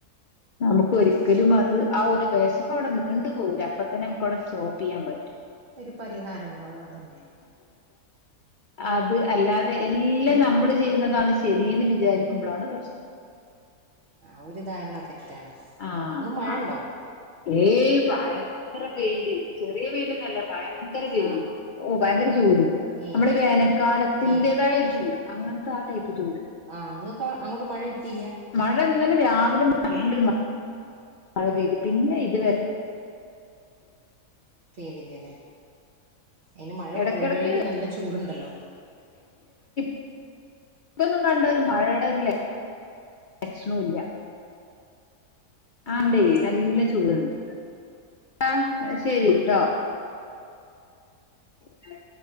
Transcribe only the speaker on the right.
അതെ
ഒരു പരിഹാരം ഇണ്ടാവും അതന്നെ.
ഉം
ആ ഒരു ധാരണ തെ റ്റാണ്
ഇന്ന് മഴയണ്ടോ?
ആണോ
ഏഹ്
ഏഹ്
ആഹ് അങ്ങ അോട്ട മഴ കിട്ടിയില്ല
പെയ്തില്ലല്ലേ അയിന് മഴ
പോകുമ്പോഴേക്ക്ും നല്ല ചൂടുണ്ടല്ലോ
എന്നാ
ഓക്കെ